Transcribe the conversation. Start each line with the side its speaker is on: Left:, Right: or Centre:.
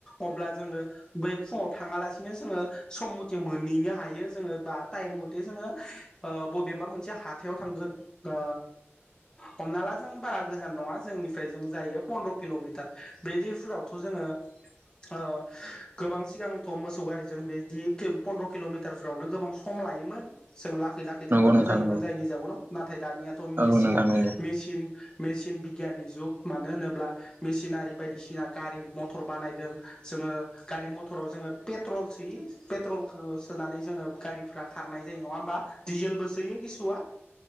Left: अब्ला जोङो बै फुङाव थाङालासिनो जोङो सम मथे मोनहैनो हायो जोङो बा टाइम मथे जोङो ओ बबेबा मोनसे हा थायाव थांगोन ओ हमना ला जों बारा गोजान नङा जोंनिफ्राय जों जायो फन्द्र किलमिटार बेदिफोरावथ जोङो ओ गोबां सिगांथ मोसौ गारिजों बिदि किम पन्द्र किलमिटारफ्रावनो गोबां सम लायोमोन जों लाख खै लाखै
Right: नंगौ
Left: थांनांगौ
Right: नोंथां
Left: जोयोमोन
Right: नंगौ
Left: जायनि जाउनाव नाथाय दानियाथ मेसिन
Right: औ नोंथां नंगौ
Left: मेसिन मेसिन भि गियाननि जुग मानो होनोब्ला मेसिनारि बायदिसिना गारि मथर बानायदों जोङो गा रि मथराव जोङो पेट्रल सोयो पेट्रल सोनानै जोङो गारिफ्रा खारनाय जायो नङा होमबा? दिडिजेलबो सोयो किसुआ